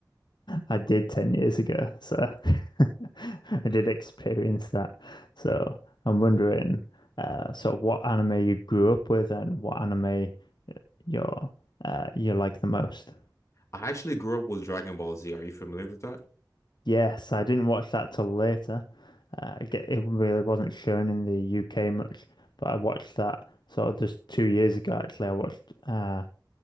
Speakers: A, on the left; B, on the left.
A: I did 10 years ago, so <laughs> I did experience that. So I'm wondering, uh, sort of what anime you grew up with and what anime you're, uh, you like the most.
B: I actually grew up with Dragon Ball Z. Are you familiar with that?
A: Yes, I didn't watch that till later. Uh, I get- it really wasn't shown in the UK much, but I watched that sort of just two years ago, actually. I watched uh,